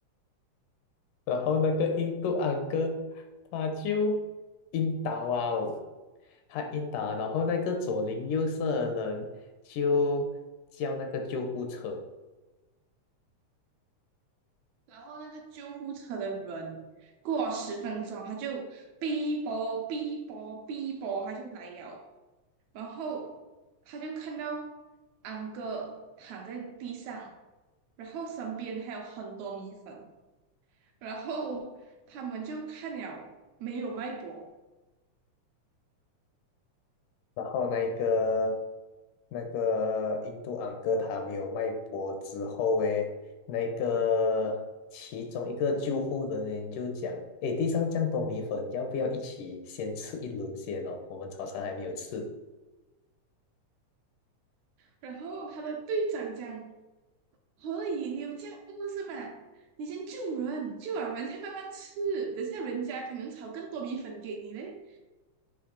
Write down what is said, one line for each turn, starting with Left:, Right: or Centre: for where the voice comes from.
Left: 然后那个印度昂哥他就晕倒啊哦他晕倒，然后那个左邻右舍的人就叫那个救护车。
Right: 然后那个救护车的人过了十分钟，他就哔啵哔啵哔啵，他就来了。然后他就看到安哥躺在地上，然后身边还有很多米粉。然后他们就看了没有脉搏，
Left: 然后那一个那个印度安哥他没有脉搏之后，诶，那个其中一个救护人员就讲，诶，地上这样多米粉，要不要一起先吃一轮先哦？我们早餐还没有吃。
Right: 然后他的队长讲：“可以，你有这样饿是吗？你先救人，救完人再慢慢吃。等下人家可能炒更多米粉给你嘞。”